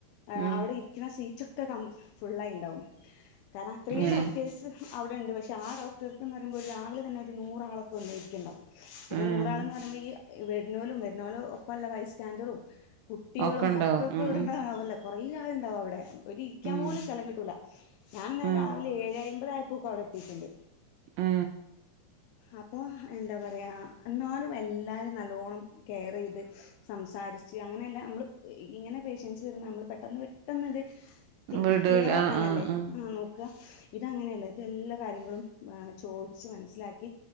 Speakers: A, on the left (about 80°); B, on the right (about 85°).
A: ഏ
B: ഉം
A: അവിടെ ഇരിക്ക്ണ സീറ്റൊ- ക്കെ കം ഫുള്ളായിണ്ടാവും കാരണം അത്രയും
B: ഏ
A: ഡോക്ടേഴ്സ് അവിടെണ്ട് പ പക്ഷേ ആ ഡോക്ടർക്കന്ന് പറുമ്പോൾ രാവിലെ തന്നെ ഒരു നൂറാളക്കെ വന്ന് ഇരിക്ക്ണ്ടാവും പിന്നെ
B: ഉം
A: നൂറാൾന്ന് പറയുമ്പോ ഈ വെരുന്നൂലും വെരുന്നോലും ഒപ്പ ഉള്ള ബൈസ് സ്റ്റാൻഡറും കുട്ടികളും
B: ഒക്കെ ഉണ്ടാവും
A: ഒക്കെക്ക
B: ഉം
A: ഇടണ്ടാവല്ലോ കൊറേ ആൾണ്ടാവും അവിടെ ഒര് ഇരിക്കാൻ
B: ഉം
A: പോലും സ്ഥലം കിട്ടൂല ഞാന് ന്നരാവിലെ
B: ഉം ഉം
A: ഏഴ് ഐമ്പപതാ പൂക്കോവിടെ എത്തിയിട്ടുണ്ട്
B: ആ
A: അപ്പൊ എന്താ പറയാ എന്നാലും എല്ലാരും നല്ലോണ്ണം കെയർ ചെയ്ത് സംസാരിച്ച് അങ്ങനെയല്ലാം നമ്മൾ ഇങ്ങനെ പേഷ്യൻസ് വരുമ്പ നമ്മൾ പെട്ടെന്ന് പെട്ടെന്ന് ഇത് ക്ലി
B: വിടൂല
A: ക്ലിയർ ആക്കാനല്ലേ
B: ആഹ് ആഹ് ആഹ്
A: ആ നോക്ക്അ ഇതങ്ങനെയല്ല ഇതെല്ലാ കാര്യങ്ങളുംഏ ചോദിച്ച് മനസ്സിലാക്കി ക്ക്